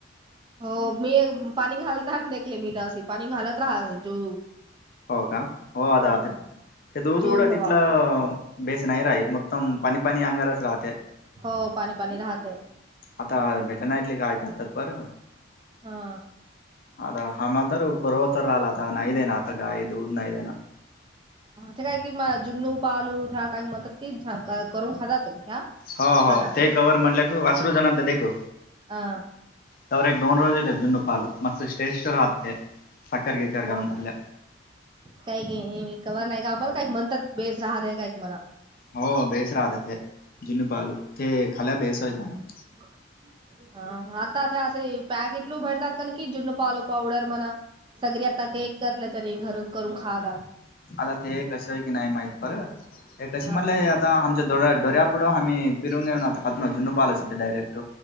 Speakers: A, on the right; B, on the left.
A: हो मी एक पाणी घाल दकले मी त्याे पाणी घालत राहा जो
B: हो का हो अ
A: हम्म.
B: अ ते दूध
A: जोग
B: क तिथला
A: हवा
B: बेस नाही राही मतम पनीपनी अंगारच राहते
A: हो पाणी पाणी राहते
B: आता भेटण ऐकले काय करतात बं
A: हा
B: अता आमल तरर पर्वतर आल आता नैदन आता गा दूध नैदे ना
A: ते काय कि म जुन्नू पालूठ काही म्हणतात ती करून खात तो्ी त्या
B: हो हो
A: खातात
B: ते कवर म्हटलं का वासरू जाणंत दे ग
A: हा
B: तव्र एक डोन रोज े जुन्न पाल मस् स्टेस्टर हहाते सकार गिकर
A: हो
B: गम
A: का
B: खल्
A: काही म कवर नाही का पण काय म्हणतात बेस राह र काय मला
B: हो बेस राहत ते जुनू पालू ते खाला बेसय का ना
A: ह ह आताता असे पॅकेट ल भडतात कन कि जुडनपाल पवडर मना सगळी आता केक करल्याच्या आणि घर करून खा दात
B: आता ते कशय की नाही माहित पर हे कशी
A: हा
B: म्हटलंय हे आता आमच्या डो डो्यापुढं आम्हीिरून घेऊ ना आता कात जुनू पाहिलं सिध्या डायरेक्ट